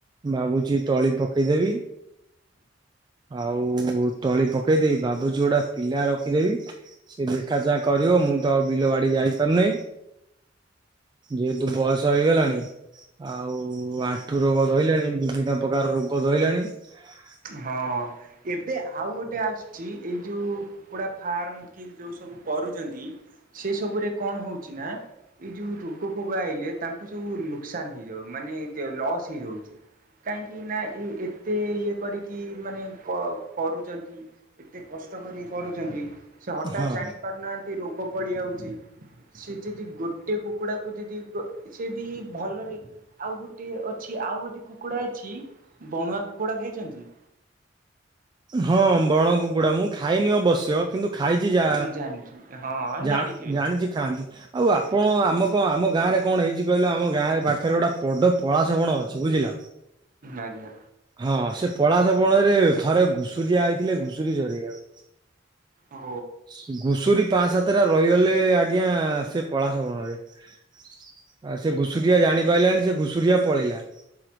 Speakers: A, on the right (about 25°); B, on the right (about 45°).
A: ଭାବୁଛି ତଳି ପକେଇଦେବି । ଆଉ ତଳି ପକେଇଦେବି ଭାବୁଛି ଗୋଟା ପିଲା ରଖିଦେବିନ। ସେ ଦେଖା ଚାହା କରିବ ମୁଁ ତ ଆଉ ବିଲ ବାଡି ଯାଇପାରୁ ନେଇ। ଯେହେତୁ ବୟସ ହେଇ ଗଲାଣି ଆଉ ଆଣ୍ଠୁରୋଗ ଧଇଲାଣି ବିଭିନ୍ନ ପ୍ରକାର ରୋଗ ଧଇଲାଣି ।
B: ହଁ ଏବେ ଆଉ ଗୋଟେ ଆସୁଛି ଏଇ ଯୋଉ କୁକୁଡ଼ା। । ଫାର୍ମ କି ଯୋଉ ସବୁ କରୁଚନ୍ତି ସେ ସବୁରେ କଣ ହଉଛି ନା । ଏଇ ଯୋଉ ରୋଗ ଫୋଗ ଆଇଲେ ତାଙ୍କୁ ସବୁ ନୁକ୍ସାନ ହେଇଯାଉ ମାନେ ଲସ୍ ହେଇଯାଉଛି । କହିଁ କିି ନା ଇ ଏତେ କରିକି ମାନେ କ କରୁଚନ୍ତି ଏତେ କଷ୍ଟ କରି କରୁଚନ୍ତି। ସେ ହଠାତ୍
A: ହଁ
B: ଜାଣି ପାରୁନାହାନ୍ତି ରୋଗ ପଳିଆଉଛି। ସେ ଯଦି ଗୋଟେ କୁକୁଡାକୁ ଯଦି ଗ ସେଦି ଭଲରେ ଆଉ ଗୋଟେ ଅଛି । ଆଉ ଗୋଟେ କୁକୁଡା ଅଛି ବଣୁଆ କୁକୁଡା ଖାଇଛନ୍ତି ।
A: ହଁ ବଣ କୁକୁଡା ମୁଁ ଖାଇନି ଅବସ୍ୟ କିନ୍ତୁ ଖାଇଚି ଯା
B: ଜାଣିଛି ହଁ
A: ଜା
B: ଜାଣିଥିବେ।
A: ଜାଣିଛି ଖାଆନ୍ତି ଆଉ ଆପଣ ଆମ କ୍ଁ ଆମ ଗାଁରେ। କଣ ହେଇଛି କହିଲ ଆମ ଗାଁ ପାଖରେ ଗୋଟା । ପଡ ପଳାଶ ବଣ ଅଛି ବୁଝିଲ
B: ଆଜ୍ଞା
A: ହଁ ସେ । ପଳାସ ବଣ ରେ ଥରେ ଘୁଷୁରିଆ ଆଇ ଥିଲେ ଘୁଷୁରି ଚରେଇ ଆକୁ
B: ଓ
A: । ଘୁସୁରୀ ପାଁ ସାତ ସାତଟା ରହିଗଲେ ଆଜ୍ଞା ସେ ପଳାଶ ବଣରେ । ଆଉ ସେ ଘୁଷୁରିଆ ଜାଣି ପାରିଲାନି ସେ ଘୁଷୁରିଆ ପଳେଇିଲା ।